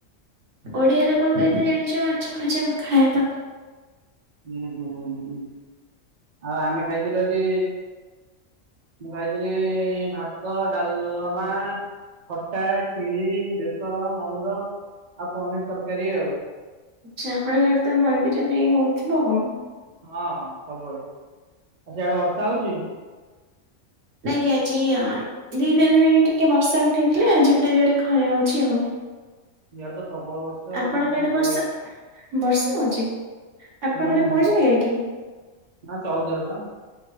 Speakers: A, on the right (about 65°); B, on the right (about 40°).
A: ଓଡିଆରେ କଣ କହିଥ ଜାଣିଛ ମାଛ ଭଜା ପଖାଳ ଭାତ
B: ହୁଁ ହୁଁଁ। ଆଉ ଆମେ ଖାଇଥିଲୁ ଆଜି ମୁଁ ଖାଇଥିଲି ଭାତ ଡାଲମା ଖଟା ଖିରି ବେସନ ମହୁୁର ଆଉ ପନିର ତରକାରୀ ଆଉ।
A: ଆଛା ଆପଣଙ୍କ ଘରେ ତ ମନ୍ଦିର ଯେ ହଉଥିବ ଆଉ।
B: ହଁ ହଁ ସବୁବେଳେ। ଆଉ ସିଆଡେ ବର୍ଷା ହଉଚି?
A: ନ ଆଜି ଆ ଦି ପାରି ଟିକେ ବର୍ଷା ଉଠେଇଥିଲା ଆଉ <unintelligible> ଖରା ହଉଚି ଆଉ।
B: ଇଆଡେ ତ ପ୍ରବଳ ବର୍ଷା ଆଉ
A: ଆପଣଙ୍କ
B: କଣ
A: ଆଡେ ବର୍ଷା
B: କରିବା।
A: ବର୍ଷା ହଉଚି। ଆପଣଙ୍କରେ
B: ହୁଁ ହୁଁ
A: କୁଉ ଜାଗା କି?
B: ନା ଚଉଦ୍ୱାର ପା।